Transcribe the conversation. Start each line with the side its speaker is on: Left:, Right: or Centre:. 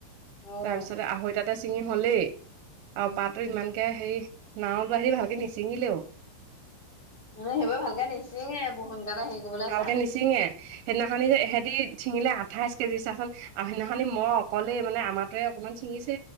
Left: অ'।
Right: তাৰপিছতে আঢ়ৈ তাতে ছিঙি হলেই
Left: উম,
Right: আৰু পাতো ইমান। কে হেৰি নাওঁত আহি ভালকে নিছিঙিলেও।
Left: উম সেইবোৰ ভালকে নিচিঙে বুৰ সোনকালে হেৰি কৰিবলৈ
Right: ভালকে
Left: চাই।
Right: নিচিঙে সেইদিনাখনি যে সিহঁতি চিঙিলে আঠাইশ কেজি চাচোন আৰু সেইদিনাখনি মই অকলেই মানে আমাৰ। তাৰে অকনমান ছিঙিছে